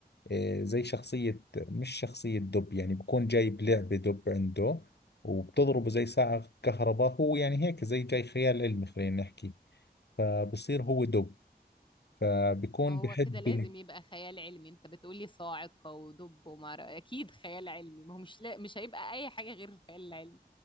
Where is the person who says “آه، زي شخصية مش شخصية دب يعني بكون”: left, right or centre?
Left